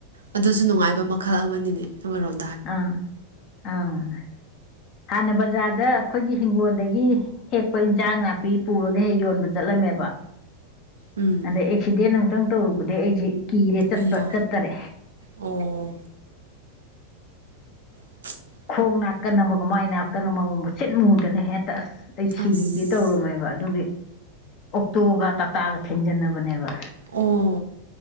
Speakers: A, on the right; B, on the left.
A: ꯑꯗꯨꯁꯨ ꯅꯨꯡꯉꯥꯏꯕ ꯃꯈꯜ ꯑꯃꯅꯤꯅꯦ ꯑꯃꯔꯣꯝ
B: ꯑꯥ ꯑꯥ ꯍꯥꯟꯅ ꯕꯖꯥꯔꯗ ꯑꯩꯈꯣꯏꯒꯤ ꯍꯤꯡꯒꯣꯜꯗꯒꯤ ꯍꯦꯛꯄ ꯏꯟꯁꯥꯡ ꯅꯥꯄꯤ ꯄꯨꯔꯒ ꯍꯦꯛ ꯌꯣꯟꯕ ꯆꯠꯂꯝꯃꯦꯕ
A: ꯎꯝ
B: ꯑꯗꯩ ꯑꯦꯛꯁꯤꯗꯦꯟ ꯑꯃꯨꯛꯇꯪ ꯇꯧꯔꯨꯕꯗꯒꯤ ꯑꯩꯁꯦ ꯀꯤꯔꯦ ꯆꯠꯄ
A: ꯑꯌꯥ
B: ꯆꯠꯇꯔꯦ
A: ꯑꯣ <unintelligible>
B: ꯀꯣꯛ ꯅꯥꯀꯟ ꯑꯃꯒ ꯃꯥꯏ ꯅꯥꯀꯟ ꯑꯃꯒꯕ ꯃꯨꯁꯤꯠ ꯃꯨꯗꯅ ꯍꯦꯛꯇ ꯑꯁ ꯑꯩ ꯁꯤꯒꯦ
A: ꯑꯁ
B: ꯇꯧꯔꯝꯃꯦꯕ ꯑꯗꯨꯒꯤ ꯑꯣꯛꯇꯣꯒ ꯇꯥꯇꯥꯒ ꯊꯦꯡꯖꯟꯅꯕꯅꯦꯕ
A: ꯑꯣ